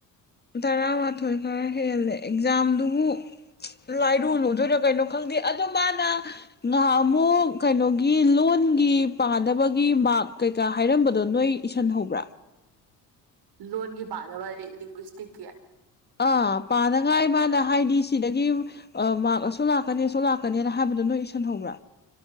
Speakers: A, on the left; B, on the right.
A: ꯇꯔꯥꯃꯥꯊꯣꯏ ꯈꯔ ꯍꯦꯜꯂꯦ ꯑꯦꯛꯖꯥꯝꯗꯨꯕꯨ ꯂꯥꯏꯔꯨꯂꯨꯗꯣꯏꯔ ꯀꯩꯅꯣ ꯈꯪꯗꯦ ꯑꯗꯣ ꯃꯥꯅ ꯉꯍꯥꯟꯃꯨꯛ ꯀꯩꯅꯣꯒꯤ ꯂꯣꯟꯒꯤ ꯄꯥꯟꯅꯕꯒꯤ ꯃꯥꯔꯛ ꯀꯩꯀꯥ ꯍꯥꯏꯔꯝꯕꯗꯣ ꯅꯣꯏ ꯏꯁꯟ ꯍꯧꯕ꯭ꯔꯥ
B: ꯂꯣꯟꯒꯤ ꯄꯥꯟꯅꯕ ꯂꯤꯡꯒ꯭ꯋꯤꯁꯇꯤꯛꯀꯤ
A: ꯑꯥ ꯄꯥꯅꯉꯥꯏ ꯃꯥꯅ ꯍꯥꯏꯗꯤ ꯁꯤꯗꯒꯤ ꯃꯥꯥꯛ ꯑꯁꯨꯛ ꯂꯥꯛꯀꯅꯤ ꯑꯁꯨꯛ ꯂꯥꯛꯀꯅꯤꯅ ꯍꯥꯏꯕꯗꯣ ꯅꯣꯏ ꯏꯁꯁꯤꯟꯍꯧꯕ꯭ꯔꯥ